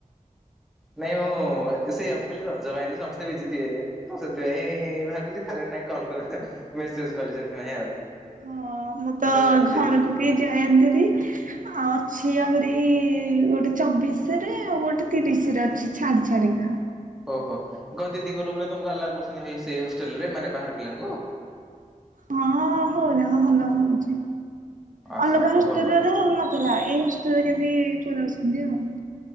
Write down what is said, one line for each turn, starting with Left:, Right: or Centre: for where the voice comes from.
Centre: ନାଇଁ ମୁଁ ସେଇଆ ମୁଁ କହିଲି ରଜ ପାଇଁ ଆଜି ସମସ୍ତେ ବିଜିଥିବେ। ତ ସେଥିପାଇଁ ଭାବିଲି ତାର ନାଇଁ କଲ୍ ମେସେଜ କଲି ସେଥିପାଇଁ ଆଉ।
Right: ହଁ ମୁଁ ତ
Centre: କହିଲି ନାଇଁ
Right: ଘରକୁ
Centre: ଫ୍ରି
Right: ବି ଯାଆନ୍ତିନି। ଆଉ ଅଛି ଆହୁରି ଗୋଟେ ଚବିଶ ରେ ଆଉ ଗୋଟେ ତିରିଶ ରେ ଅଛି। ଛାଡ଼ି ଛାଡ଼ି କା।
Centre: ଓହୋ କଣ ଦିଦି ଙ୍କ ରୁମ୍ ଆଲାଓ କରୁଛନ୍ତି ସେଇ ହଷ୍ଟେଲ ରେ ମାନେ ବାହାର ପିଲାଙ୍କୁ।
Right: ହଁ <unintelligible> ଭଲ ହାବଛି
Centre: ଆଚ୍ଛା
Right: ଅଲଗା
Centre: ଆଚ୍ଛା
Right: ହଷ୍ଟେଲ୍
Centre: ଭଲ
Right: ରେ ଥିଲା ଏଇ ହଷ୍ଟେଲ୍ ରେ କେମିତି ପୁରଉଛନ୍ତି ଆଉ।